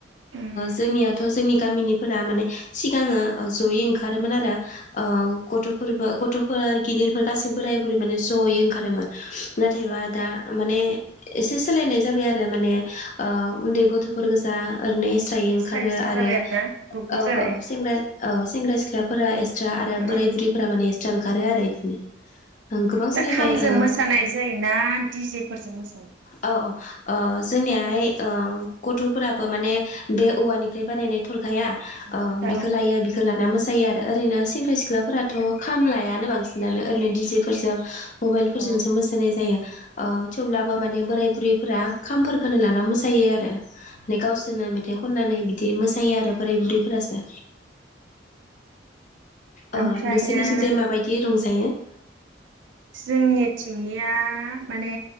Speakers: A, on the right; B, on the left.
A: औ
B: जोंनियाथ' जोंनि गामिनिफोरा माने सिगाङो जयै ओंखारोमोन आरो गथ'फोरबो गथ'फोर गिदिर बोगास बोराय बुरै माने जयै ओंखारोमोन नाथायबा दा माने एसे सोलायनाय जाबाय आरो जे माने ओ उन्दै गथ फोर गोजा ओरैनो स्रायै
A: एस्रा
B: ओंखारो
A: एस्रा
B: आरो
A: जाबाय
B: औ
A: ना ग्रुप ग्रुप जाबाय
B: औ सेंग्रा औ सेंग्रा सिख्लाफोरा एस स्रा आरो बोराय
A: औ
B: बुरैफोरा माने ओंखारो आरो इदिनो ओं गोबां
A: दा
B: सोलायबाय
A: खामजों
B: ओ
A: मोसानाय जायोना दिजेफोरजों मोसायो
B: औ औ ओ जोंनियाहाय ओ गथफोराबो माने बे औवानिफ्राय बानायनाय थरखाया ओ‌
A: थरखा
B: बिखौ
A: औ
B: लायो बिखौ लाना मोस जायो आरो ओरैनो सेंग्रा सिख्लाफोराथ खाम लायानो बांसिनानो ओरैनो दिजेफोरजों मबाइलफोरजोंसो
A: औ
B: मोसानाय जायो ओ थेवब्ला बोराय बुरैफोरा खामफोर <unintelligible> मोसायो आरो नै गावसोर मेथाइ खननानै बिदि मोसायो आरो बोराय बुरैफोरासो ओ
A: ओमफ्रायो
B: नोंसोरनिथिंजाय माबायदि रंजायो? <inaudible>
A: जोंनि थिंनिया माने